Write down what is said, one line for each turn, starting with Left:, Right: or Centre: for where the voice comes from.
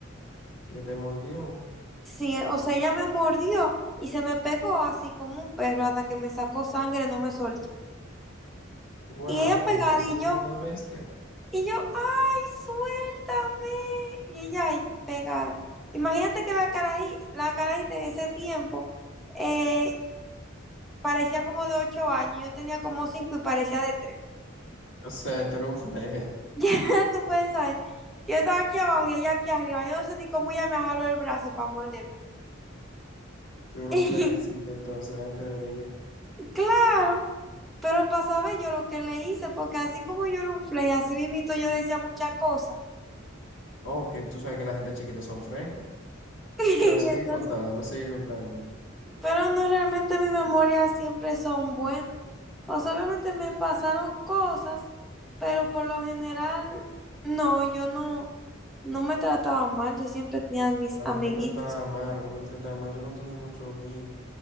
Left: Que te mordió.
Centre: Sí, o sea, ella me mordió y se me pegó así como un perro hasta que me sacó sangre, no me soltó.
Left: Guau,
Centre: Y ella
Left: pero
Centre: pegada
Left: que esa
Centre: y
Left: niña
Centre: yo,
Left: es una bestia.
Centre: y yo, ay, suéltame. Y ella ahí pegada. Imagínate que la carají, la carajita en ese tiempo eh, parecía como de ocho años, yo tenía como cinco y parecía de tres. <laughs>
Left: O sea, tú eres un fleje.
Centre: Ya tú puedes saber, yo estaba aquí abajo y ella aquí arriba, yo no sé ni cómo ella me jaló el brazo para morderme.
Left: Tú eres un
Centre: <laughs>
Left: flejecito entonces delante de ella.
Centre: Claro, pero para saber yo lo que le hice, porque así como yo era un flake, así mismito yo decía muchas cosas.
Left: Oh, que tú sabes que la gente chiquita son frescos.
Centre: <laughs>
Left: Pero sigue
Centre: Y entonces,
Left: contando, me sigue contando.
Centre: pero no realmente mis memorias siempre son buenas. O sea, obviamente me pasaron cosas, pero por lo general, no, yo no, no me trataba mal, yo siempre tenía mis
Left: A
Centre: amiguitos.
Left: mí me trataba mal, a mí me trataba mal. Yo no tenía muchos amigos.